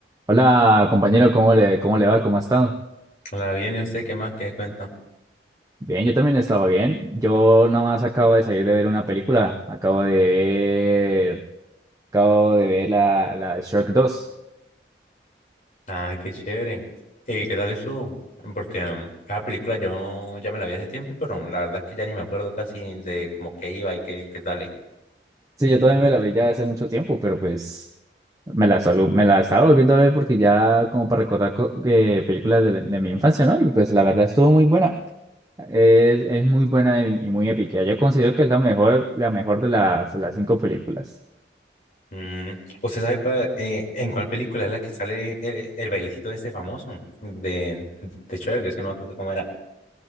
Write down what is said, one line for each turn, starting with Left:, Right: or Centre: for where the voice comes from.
Right: Hola compañero, ¿cómo le, cómo le va? ¿Cómo ha estado?
Left: la viene usted qué más? ¿Qué cuenta?
Right: Bien, yo también estaba bien. Yo nada más acabo de salir de ver una película. Acabo de ver, acabo de ver la, la Shrek dos.
Left: Ah, qué chévere. ¿Y qué tal eso? Porque mm, esa película yo ya me la vi hace tiempo, pero mm, la verdad es que ya ni me acuerdo casi de como qué iba y qué, qué sale.
Right: Sí, yo también me la vi ya hace mucho tiempo, pero pues me la, solo, me la estaba volviendo a ver porque ya como para recordar co- eh, películas de, la- de mi infancia, ¿no? Y pues la verdad estuvo muy buena. Es, es muy buena y, y muy épica. Yo considero que es la mejor, la mejor de las, las cinco películas.
Left: Mm, ¿usted sabe cuál, eh, en cuál película es la que sale el, el bailecito de este famoso de, de Cher? que Es que no me acuerdo cómo era.